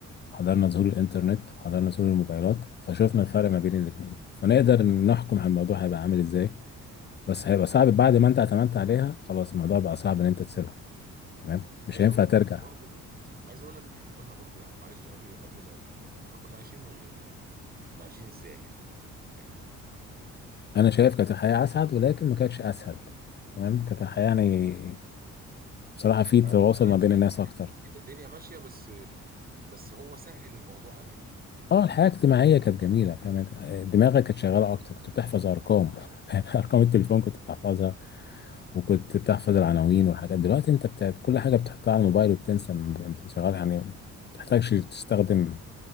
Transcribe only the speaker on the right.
بس
عايز
اقول لك
برضه عايز اقول لك ما احنا كنا برضه يعني معلش قبل قبل ما يجي طب احنا كنا عايشين من غيره يعني كنا عايشين ازاي يعني يعني
يعني كنا
عايشين
يعني
كانت الدنيا ماشيه بس بس هو سهل الموضوع علينا
اه
مم.